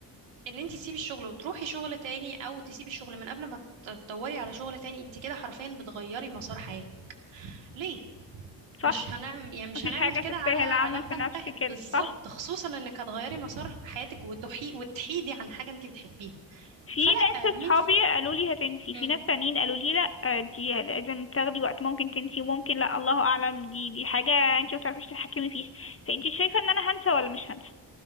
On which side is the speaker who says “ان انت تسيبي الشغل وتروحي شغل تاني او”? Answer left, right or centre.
Right